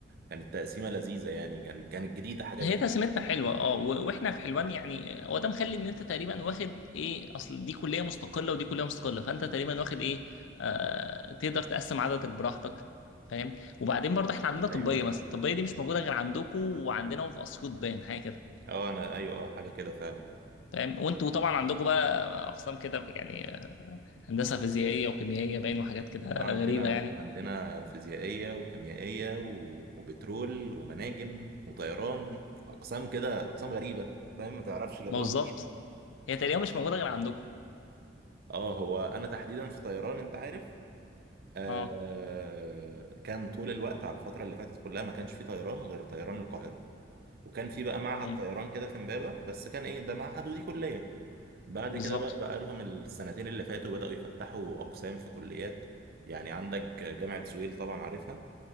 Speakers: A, on the right; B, on the left.
A: كانت تقسيمه لذيذه يعني كانت كانت جديده حاجه
B: هي
A: جديده
B: تسميتنا حلوه اه و- واحنا في حلوان يعني هو ده مخلي ان انت تقريبا واخد ايه اصل دي كليه مستقله ودي كليه مستقله فانت تقريبا واخد ايه آه تقدر تقسم عددك براحتك فاهم وبعدين برضه احنا عندنا طبيه
A: ايوه
B: مثلا الطبيه دي مش موجوده غير عندكم وعندنا وفي اسيوط باين حاجه كده
A: اه انا ايوه اه حاجه كده فعلا
B: فاهم وانتوا طبعا عندكم بقى اقسام كده يعني هندسه فيزيائيه وكيميائيه باين وحاجات كده
A: اه عندنا
B: غريبه يعني
A: عندنا فيزيائية وكيميائية و- وبترول ومناجم وطيران أقسام كده أقسام غريبة فاهم ما تعرفش جابوها
B: ما بالظبط
A: منين
B: هي تقريبا مش موجوده غير عندكم
A: اه هو أنا تحديدا في طيران أنت عارف آه
B: اه
A: كان طول الوقت على الفترة اللي فاتت كلها ما كانش في طيران غير طيران القاهرة وكان في بقى معهد
B: امم
A: طيران كده في إمبابة بس كان إيه ده معهد ودي كلية بعد
B: بالظبط
A: كده بقى بقى لهم السنتين اللي فاتوا بدأوا يفتحوا أقسام في كليات يعني عندك جامعة زويل طبعا عارفها